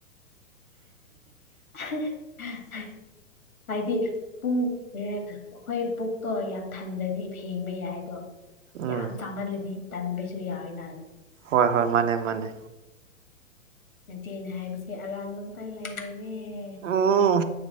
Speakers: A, on the left; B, on the right.
A: <unintelligible> ꯍꯥꯏꯗꯤ ꯄꯨꯡꯁꯦ ꯑꯩꯈꯣꯏ ꯄꯨꯛꯇꯣ ꯌꯥꯝ ꯊꯟꯗꯗꯤ ꯐꯦꯡꯕ ꯌꯥꯏꯗꯣ
B: ꯎꯝ
A: ꯌꯥꯝ ꯆꯥꯝꯃꯜꯂꯗꯤ ꯇꯟꯕꯩꯁꯨ ꯌꯥꯎꯋꯣꯏ ꯅꯅ
B: ꯍꯣꯏ ꯍꯣꯏ ꯃꯥꯅꯦ ꯃꯥꯅꯦ
A: ꯅꯆꯦꯅ ꯍꯥꯏꯕꯁꯦ ꯑꯔꯥꯟꯕ ꯑꯝꯇ ꯂꯩꯔꯦꯅꯦ
B: ꯎꯝ